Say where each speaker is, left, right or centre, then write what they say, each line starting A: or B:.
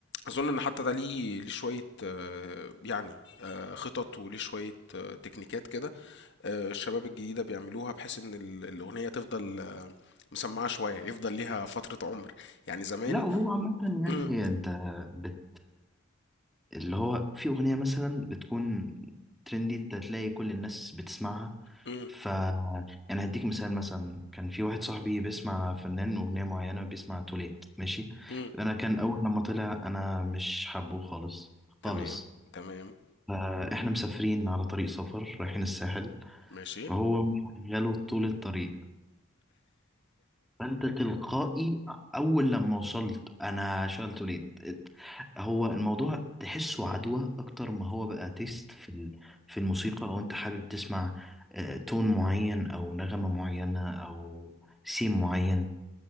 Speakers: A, on the left; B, in the centre.
A: اظن ان حتى ده ليه ليه شويه آه، يعني آه، خطط وليه شويه آه، تكنيكات كده آه، الشباب الجديدة بيعملوها بحيث ان ال- الأغنية تفضل آه، مسمعة شوية يفضل ليها فترة عمر يعني زمان
B: لا وهو عامة يعني
A: مم،
B: انت بت اللي هو في أغنية مثلا بتكون ترندي انت تلاقي كل الناس بتسمعها
A: مم،
B: فأنا هديك مثال مثلا كان في واحد صاحبي بيسمع فنان أغنية معينة بيسمع توليت ماشي
A: مم،
B: أنا كان أول لما طلع أنا مش حابه خالص
A: تمام
B: خالص
A: تمام
B: فإحنا مسافرين على طريق سفر رايحين الساحل
A: ماشي
B: فهو مشغله طول الطريق فانت تلقائي اول لما وصلت انا شغلته ليه هو الموضوع تحسه عدوى اكتر ما هو بقى تيست في ال- في الموسيقى او انت حابب تسمع آه، تون معين او نغمة معينة او سيم معين